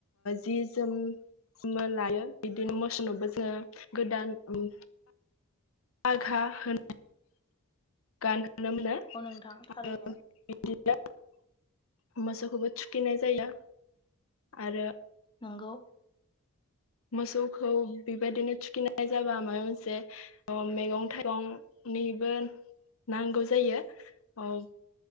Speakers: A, on the left; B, on the left.
A: जि जोम लायो बिदिनो मोसौनोबो जोङो गोदान ओम आधा होन गान <unintelligible>
B: औ नोंथां थारैनो
A: मोसौखौबो थुखिनाय जायो आरो
B: नंगौ
A: मोसौखौ बेबायदिनो थुखिनाय जाबा माबा मोनसे मैगं थाइगंनिबो नांगौ जायो औ